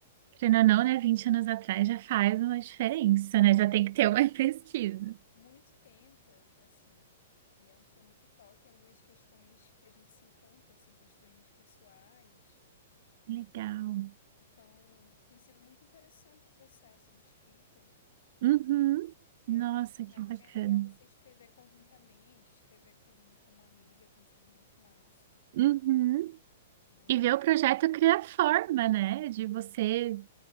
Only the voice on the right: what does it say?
Querendo ou não, né? vinte anos atrás já faz uma
diferença, né? Já tem que ter uma <laughs> pesquisa.
Legal.
Uhum.
Nossa,
que
bacana.
Uhum.
E
ver o projeto
criar forma, né? De você